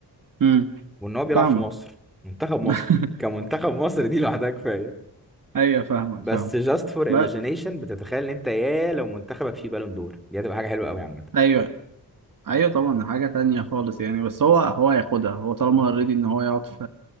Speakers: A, on the right; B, in the centre.
A: امم
B: وان هو بيلعب
A: فاهمك
B: في مصر منتخب مصر
A: <laughs>
B: كمنتخب مصر دي لوحدها كفايه
A: ايوه فاهمك
B: بس
A: فاهمك
B: جاست فور
A: بس
B: ايماجينيشن بتتخيل ان انت يا لو منتخبك فيه بالون دور دي هتبقى حاجه حلوه قوي عامه
A: ايوه ايوه طبعا ده حاجه تانية خالص يعني بس هو هو هياخدها هو طالما اوريدي ان هو يقعد في